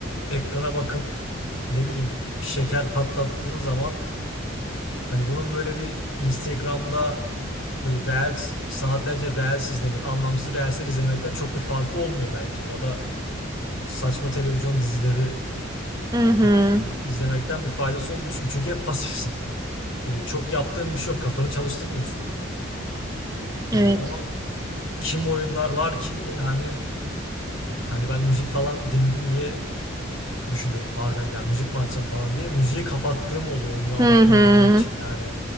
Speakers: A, on the left; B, on the right.
A: ekrana bakıp ne bileyim şeker patlattığın zaman hani bunun böyle bir Instagram'da böyle reels, saatlerce reels izlemek, anlamsız reelsler izlemekten çok bir farkı olmuyor bence. Ya da saçma televizyon dizileri
B: Hı hı.
A: e, izlemekten bir faydası olduğunu düşünüyorum Çünkü hep pasifsin. E, çok yaptığın bir şey yok. Kafanı çalıştırmıyorsun.
B: Evet.
A: E, ama kim oyunlar var ki yani hani ben müzik falan dinledim diye düşünüyorum bazen ya müzik mi açsam falan diye müziği kapattığım oluyor oyuna
B: Hı
A: odaklanabilmek
B: hı.
A: için. Yani